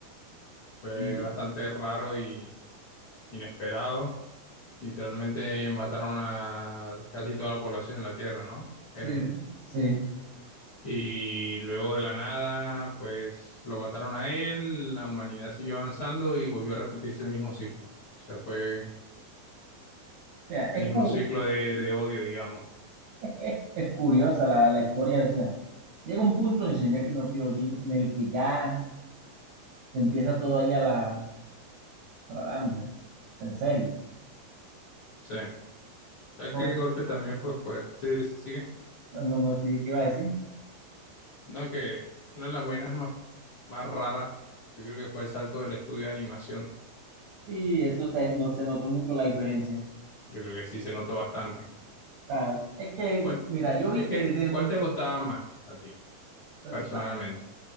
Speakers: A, on the left; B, on the right.
A: fue
B: Sí,
A: bastante raro y inesperado. Literalmente mataron a casi toda la población de la Tierra, ¿no?
B: sí,
A: Eren.
B: sí.
A: Y luego de la nada, pues lo mataron a él, la humanidad siguió avanzando y volvió a repetirse el mismo ciclo. O sea, fue
B: O sea,
A: El
B: es,
A: mismo
B: cu-
A: ciclo de, de odio, digamos.
B: es, que es, es curiosa la, la historia. O sea, llega un punto en Shingeki no Kyojin en el que ya se empieza todo ahí a la, a la damia. En serio.
A: Sí. ya
B: Por,
A: que el golpe también fue fuerte? Sí, sí, sigue.
B: no, no, sí, ¿qué iba a decir?
A: No, que una de las vainas más, más raras, yo creo que fue el salto del estudio de animación.
B: Sí, eso se, no, se notó mucho la diferencia. O
A: Yo creo que sí se notó bastante.
B: sea, es que,
A: ¿Cuál,
B: mira, yo vi
A: es que,
B: que desde
A: ¿cuál
B: un...
A: te gustaba más a ti,
B: Bueno,
A: personalmente?